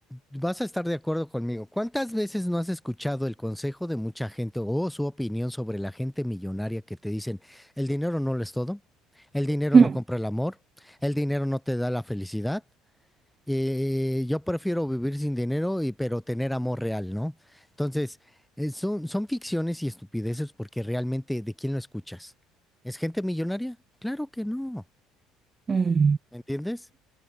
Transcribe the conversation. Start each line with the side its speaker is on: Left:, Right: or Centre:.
Centre: vas a estar de acuerdo conmigo. ¿Cuántas veces no has escuchado el consejo de mucha gente o su opinión sobre la gente millonaria que te dicen, el dinero no lo es todo, el dinero
Right: hmm,
Centre: no compra el amor, el dinero no te da la felicidad, eh, yo prefiero vivir sin dinero y pero tener amor real, ¿no? Entonces, eh, son, son ficciones y estupideces porque realmente, ¿de quién lo escuchas? ¿Es gente millonaria? Claro que no.
Right: <laughs> mm,
Centre: ¿Me entiendes?